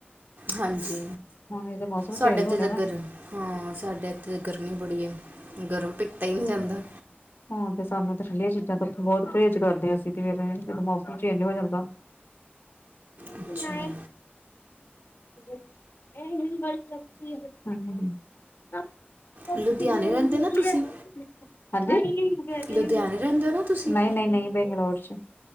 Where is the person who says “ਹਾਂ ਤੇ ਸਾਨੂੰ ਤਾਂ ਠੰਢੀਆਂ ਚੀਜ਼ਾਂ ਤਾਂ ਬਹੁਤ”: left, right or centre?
Left